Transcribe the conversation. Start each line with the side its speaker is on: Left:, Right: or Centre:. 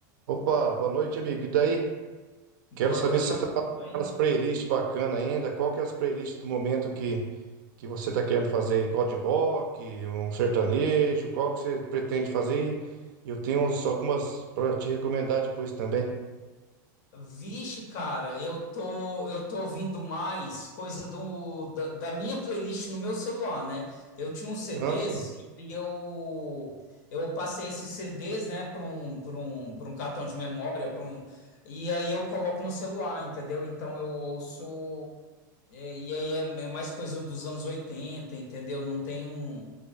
Right: Opa, boa noite, amigo. E daí?
Left: Boa
Right: Quero saber
Left: noite,
Right: se você
Left: rapaz.
Right: tá fazendo
Left: Tudo bem?
Right: aquelas playlists bacanas ainda. Qual que é as playlists do momento que, que você está querendo fazer? Qual de rock, um sertanejo? Qual que você pretende fazer? E eu tenho uns- algumas para te recomendar depois também.
Left: Vixe, cara, eu tô eu tô ouvindo mais coisa do da, da minha playlist no meu celular, né? Eu tinha uns CDs
Right: Ah, sim.
Left: e eu eu passei esses CDs, né, para um para um para um cartão de memória, para um e aí eu coloco no celular, entendeu? Então eu ouço é, e aí é, é mais coisa dos anos oitenta entendeu? Não tenho